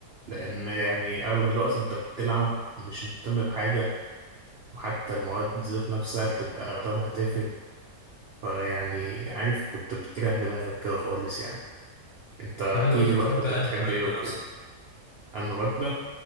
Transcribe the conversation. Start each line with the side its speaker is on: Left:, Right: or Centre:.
Right: لان يعني اغلب الوقت انت بتلعب ومش مهتم بحاجه وحتى المواد ذات نفسها بتبقى اغلبها تافه فيعني عارف كنت بتريح دماغك كده خالص يعني انت احكي
Left: طب انت كنت
Right: لي
Left: بتحب
Right: بقى كنت
Left: انهي
Right: بتحب
Left: مادة
Right: ايه وكده انه ماده